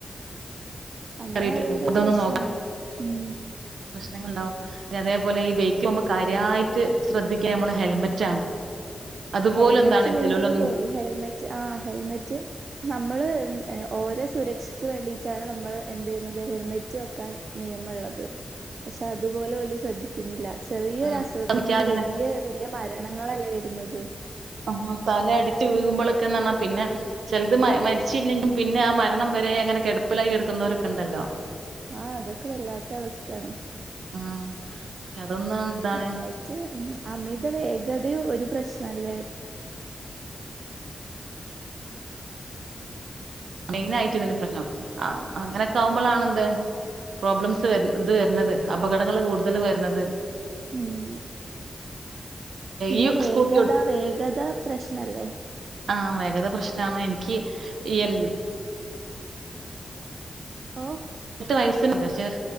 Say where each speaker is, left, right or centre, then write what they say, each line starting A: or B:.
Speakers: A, on the right; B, on the right.
A: അങ്ങനെ
B: കേറിട്ട്
A: ഓരോരോ
B: ഇതൊന്നും
A: പ്രശ്നങ്ങൾ ഉം
B: ങാങൾ ഇണ്ടാവും അതേപോലെ ഈ <unintelligible> കാര്യായിട്ട് ശ്രദ്ധിക്ക നമ്മള് ഹെൽമെറ്റാണ് അതുപോലും
A: ഹെൽമെറ്റ്
B: എന്താണ്
A: ഇല്ലെങ്കില്
B: ചെലോലൊന്നും
A: പോയി ഹെൽമെറ്റ് ആഹ് ഹെൽമെറ്റ് നമ്മള് ഓരോ സുരക്ഷക്ക് വേണ്ടീറ്റാണ് നമ്മള് എന്തെയ്യുന്നത് ഹെൽമെറ്റ് വക്കാൻ നിയമള്ളത് പക്ഷെ അതുപോലും ഓല് ശ്രദ്ധിക്ക്ന്നില്ല ചെറിയൊരു
B: ആഹ്
A: അശ്രദ്ധ കൊണ്ട്
B: അങ്ങനെ
A: വെല്ല്യയ വെല്ല്യ മരണങ്ങളല്ലേ വരുന്നത്
B: ആ തല അടിച്ചു വീകുമ്പളൊക്കെ പിന്നെന്നർഞ്ഞ പിന്നെ ചെൽത് മ മര്ച്ചീല്ലെങ്കിൽ പിന്നെ ആ മരണം വരെ അങ്ങനെ കെട്പ്പിലായി കെട്ക്കുന്നോരൊക്കെണ്ടല്ലോ
A: ആഹ് അതൊക്കെ വല്ലാത്ത അവസ്ഥാണ്
B: ആഹ് പക്ഷെ അതൊന്നും എന്താണ്
A: മെയിനായിറ്റ് അമിത വേ ഗതയും ഒരു പ്രശ്നല്ലേ
B: മെയിൻ ആയിട്ട് ഇതിന്നെ പ്രശ്നം ആ അങ്ങനൊക്കെ ആവുമ്പളാണ് എന്ത് പ്രോബ്ലംസ് വര് ഇത് വരുന്നത് അപകടങ്ങൾ കൂടുതൽ വരുന്നത്
A: ഉം പിന്നെ
B: ഈ
A: വേഗത
B: സ്കൂട്ടി
A: വേഗത പ്രശ്നല്ലേ
B: ആ വേഗത പ്രശ്നാന്ന് എൻക്ക് ഈ എ
A: ഓ
B: <unintelligible> പക്ഷെ <unintelligible>